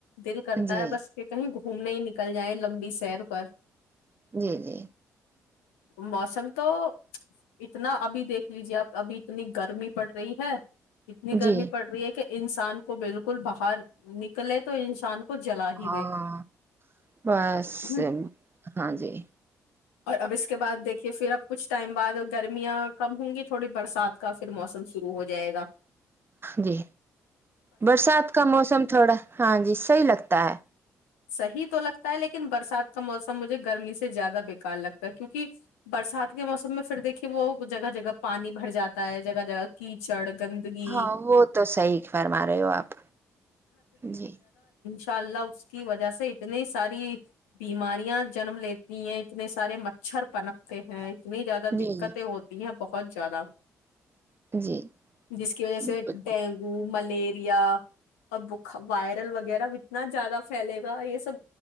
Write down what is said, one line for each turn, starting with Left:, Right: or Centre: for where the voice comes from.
Left: دل کرتا
Right: جی
Left: ہے بس کہ کہیں گ گھومنے ہی نکل جائیں لمبی سیر پر
Right: جی جی
Left: موسم تو اتنا ابھی دیکھ لیجے اب ابھی اتنی گرمی پڑ رہی ہے اتنی گرمی
Right: جی
Left: پڑ رہی ہے کہ انسان کو بالکل باہر نکلے تو انسان کو کو جلا ہی
Right: ہاں
Left: گئے
Right: بس
Left: ہ
Right: ہاں جی
Left: اور اب اس کے بعد دیکھیے پھر آپ کچھ ٹائم بعد گرمیاں کم ہوں گی تھوڑی برسات کا پھر موسم شروع ہو جائے گا
Right: جی برسات کا موسم تھوڑا ہاں جی صحیح لگتا ہے
Left: صحیح تو لگتا ہے لیکن برسات کا موسم مجھے گرمی سے زیادہ بےکار لگتا ہے کیونکہ برسات کے موسم میں پھر دیکھیے وہ جگہ جگہ پانی بھر جاتا ہے جگہ جگہ کیچڑ گندگی
Right: ہاں وہ تو سحی فرما رہے ہو آپ جی
Left: ان شاء اللہ اس کی وجہ سے اتنی ساری بیماریاں جنم لیتی ہیں اتنے سارے مچھر پنکتے ہیں اتنی زیادہ
Right: جی
Left: دقتیں ہوتی ہیں بت پہن جیادہ
Right: جی جی
Left: جس کی وجہ
Right: بالکل،
Left: سے ڈینگو ملیریا اور ب وائرل وغیرہ اتنا زیادہ پھیلے گا یہ سب